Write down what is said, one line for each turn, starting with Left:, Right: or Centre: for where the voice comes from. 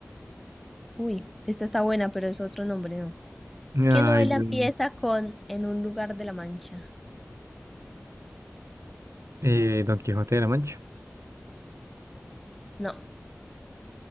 Centre: uy, esta está buena, pero es otro nombre, ¿no?
Right: Ay,
Centre: ¿Qué novela
Right: Dios
Centre: empieza
Right: mío.
Centre: con En un lugar de la Mancha?
Right: Eh, Don Quijote de la Mancha.
Centre: No,